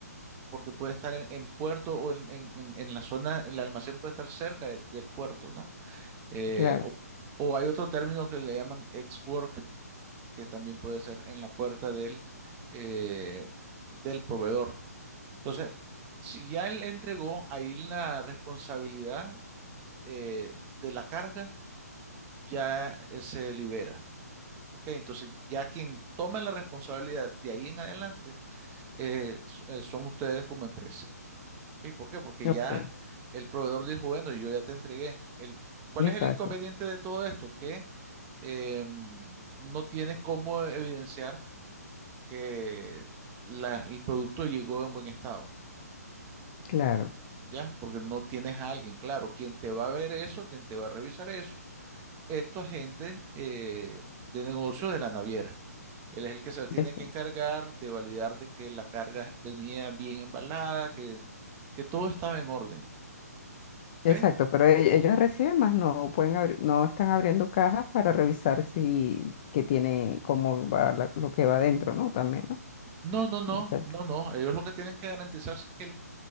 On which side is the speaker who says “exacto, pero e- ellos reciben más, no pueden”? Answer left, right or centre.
Left